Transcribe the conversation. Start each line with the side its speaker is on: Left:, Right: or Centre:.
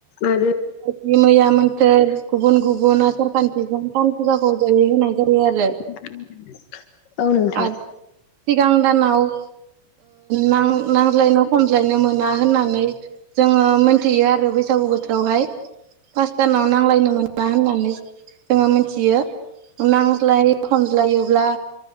Left: आरो
Right: यदि मैया मोन्थोर गुबुन गुबुन आसार खान्थिजों थाम फुजाखौ जयै होनाय जायो आरो।
Left: <inaudible> औ नोंथां
Right: आरो सिगांदानाव नांज्लायनो खमज्लायनो मोना होननानै जोङो मोनथियो आरो बैसागु बोथोरावहाय। फासटामाव नांलायनो मोना होननानै जोङो मोनथियो। नांज्लायो हमज्लायोब्ला